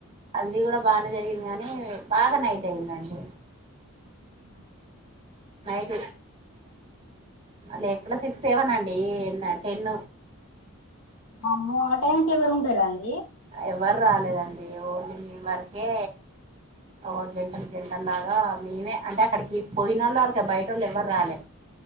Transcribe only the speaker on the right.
ది కూడా బాగానే జరిగింది గాని బాగా నైట్ అయిందండి.
నైట్ లేక్కడ సిక్స్ సెవెన్ అండ్ డి ఏన్న టెన్
ఎవ్వరు రాలేదండి ఒన్లీ మీమ్ వరకే ఓ జంటలు జంటలు లాగా మేమే అంటే అక్కడికి పోయినోళ్ళార్ క బయటోళ్ళు ఎవ్వరు రాలే